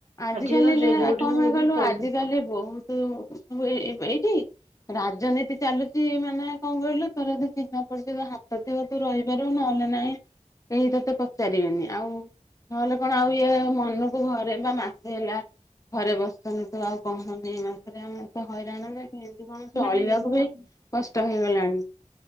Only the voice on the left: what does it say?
ଆଜ
କାଲିଲେ
କଣ
ପାଇଁ କହିଲୁ
ଆଜିକାଲି ବହୁତ ତ ଏ ଏ ଏ ଏଇଠି ରାଜନୀତି ଚାଲୁଚି ମାନେ କଣ କହିଲୁ ତୋର ଯଦି ଚିହ୍ନା ପରିଚିତ ହାତ ଥିବ ତୁ ରହିପାରିବୁ ନ ନାହଁ କେହି ତତେ ପଚାରିବେନି ଆଉ ନହେଲେ କଣ ଆଉ ଇଏ ମନକୁ ଘର ସେପା ମାସେ ହେଲା ଘରେ ବସିଛନ୍ତି ତୁ ଆଉ କହୁଛନ୍ତି ଏ ମାସରେ ଆମେତ ହଇରାଣ ଯେ କିନ୍ତି କଣ ଚଳିବାକୁ
ବି କଷ୍ଟ ହେଇଗଲାଣି।